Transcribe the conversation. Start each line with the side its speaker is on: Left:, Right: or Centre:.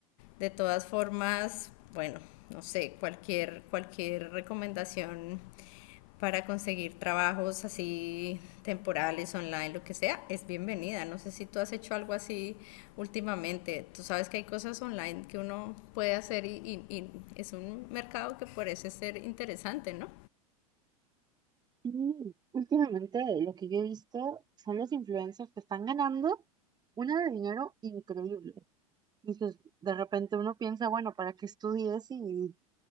Left: De todas formas, bueno, no sé, cualquier, cualquier recomendación para conseguir trabajos así temporales, online, lo que sea, es bienvenida. No sé si tú has hecho algo así últimamente. Tú sabes que hay cosas online que uno puede hacer y, y- y es un mercado que parece ser interesante, ¿no?
Right: Sí, últimamente lo que yo he visto son los influencers que están ganando una de dinero increíble. Y pues de repente uno piensa, bueno, ¿para qué estudies si,